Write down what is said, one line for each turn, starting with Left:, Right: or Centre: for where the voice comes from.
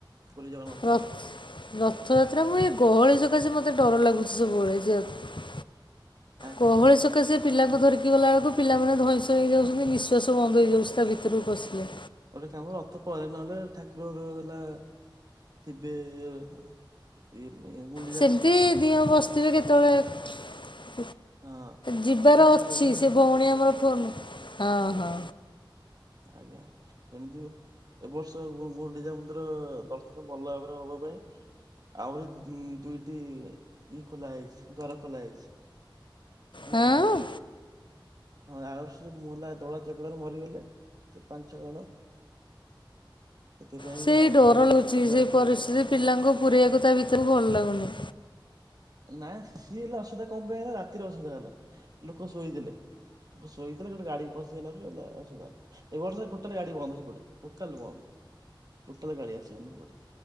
Right: ପୁରୀ ଜଗନ୍ନାଥ
Left: ରଥ
Right: ମନ୍ଦିର?
Left: ରଥଯାତ୍ରା ମୁଁ ଏ ଗହଳି ସକାସେ ମୋତେ ଡର ଲାଗୁଛି ସବୁବେଳେ ଯିବାକୁ।
Right: ଆଜ୍ଞା
Left: ଗହଳି ସକାସେ ପିଲାକୁ ଧରିକି ଗଲାବେେଳକୁ ପିଲାମାନେ ଧଇଁ ସଇଁ ହେଇଯାଉଛନ୍ତି ନିଶ୍ୱାସ ବନ୍ଦ ହେଇଯାଉଛି ତା ଭିତରକୁ ପଶିଲେ।
Right: ଗୋଟେ କାମ ରଥ ପରେ ନହେଲେ ଠାକୁର ରୁ ହେଲା ଥିବେ ଏ ଏ ଏଇ ମୁ
Left: ସେମିତି ଦିଅଁ ବସିଥିବେ କେତେବେଳେ।
Right: ହଁ
Left: ଯିବାର
Right: ଏ ଦର୍ଶନ
Left: ଅଛି
Right: କରିଦେଇକି ଆସିବେ
Left: ସେ ଭଉଣୀ ଆମର ଫୋନ, ହଁ ହଁ।
Right: ଆଜ୍ଞା ଏମିତି ବି ଏ ବର୍ଷ ଗୁ-ଗୁଣ୍ଡିଚା ମନ୍ଦିର ଦର୍ଶନ ଭଲ ଭାବରେ ହବା ପାଇଁ ଆହୁରି ଦି ଦୁଇଟି ଇଏ ଖୋଲା ହୋଇଛି ଦ୍ୱାର ଖୋଲା ହୋଇଛି। ନୂତନ
Left: ହଁ
Right: ଭାବେ। ହଁ ଆର ବର୍ଷ ଦଳା ଚକଟା ରେ ମରିଗଲେ ପାଞ୍ଚ ଛଅ ଜଣ। ସେଥିପାଇଁଁ
Left: ସେଇ
Right: ଆହୁରି
Left: ଡର ଲାଗୁଛି
Right: ଦ୍ଵାର
Left: ସେଇ ପରିସ୍ଥିତି
Right: ଖୋଲା ହେଇଛି।
Left: ପିଲାଙ୍କୁ ପୁରେଇବାକୁ ତା ଭିତରକୁ ଭଲ ଲାଗୁନି।
Right: ନା ସିଏ ହେଲେ ଅସୁବିଧା କଣ ପାଇଁ ହେଲା, ରାତିରେ ଅସୁବିଧା ହେଲା ଲୋକ ଶୋଇଥିଲେ। ଲୋକ ଶୋଇଥିଲେ ଗୋଟେ ଗାଡି ପଶିଗଲା ଠୁ ହେଲା ଅସୁବିଧା ହେଲା। ଏ ବର୍ଷ ଟୋଟଲ ଗାଡି ବନ୍ଦ ସେପଟେ ଟୋଟାଲ ବନ୍ଦ ଟୋଟାଲ ଗାଡି ଆସିବନି ସେପଟେ।